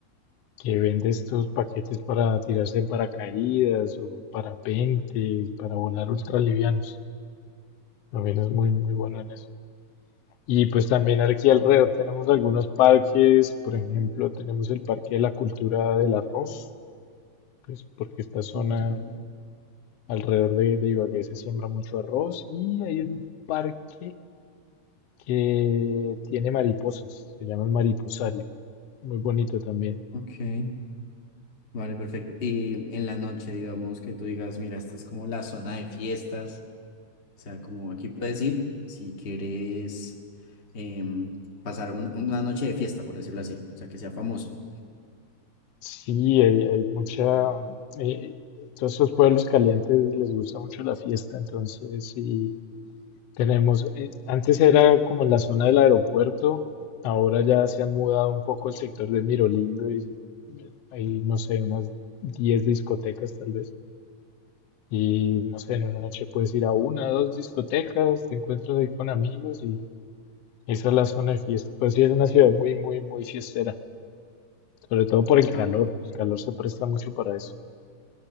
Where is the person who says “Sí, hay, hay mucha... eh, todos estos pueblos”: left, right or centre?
Left